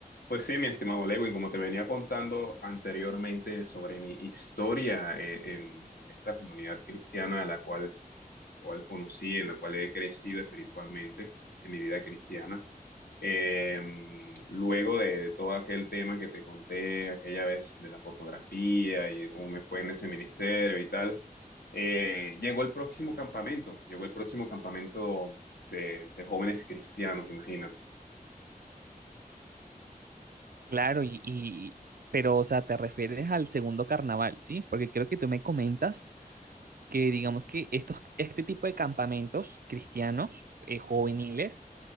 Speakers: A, on the left (about 90°); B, on the right (about 75°).
A: Pues sí, mi estimado Lewin, como te venía contando anteriormente sobre mi historia eh, en, en esta comunidad cristiana a la cual, cual conocí, en la cual he crecido espiritualmente en mi vida cristiana, eh, luego de todo aquel tema que te conté aquella vez de la fotografía y de cómo me fue en ese ministerio y tal, eh, llegó el próximo campamento, llegó el próximo campamento de, de jóvenes cristianos, imagínate.
B: Claro, y, y- pero, o sea, te refieres al segundo carnaval, ¿sí? Porque creo que tú me comentas que, digamos que estos, este tipo de campamentos cristianos, eh, juveniles,